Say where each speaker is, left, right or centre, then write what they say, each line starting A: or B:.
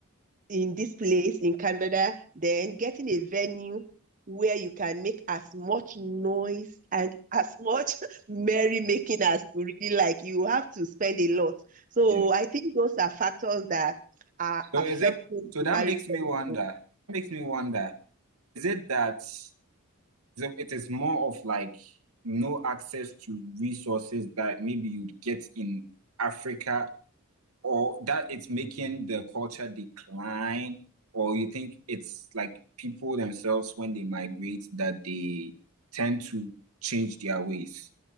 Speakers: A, on the right (about 35°); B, on the right (about 85°).
A: in this place in Canada, then getting a venue where you can make as much noise and as much <laughs> merrymaking as you really like. You have to spend a lot. So
B: yeah.
A: I think those are factors that are
B: So,
A: affecting
B: is it, so
A: the
B: that
A: marital
B: makes me wonder, makes me wonder. Is it that so it is more of like no access to resources that maybe you'd get in Africa, or that it's making the culture decline, or you think it's like people themselves when they migrate that they tend to change their ways?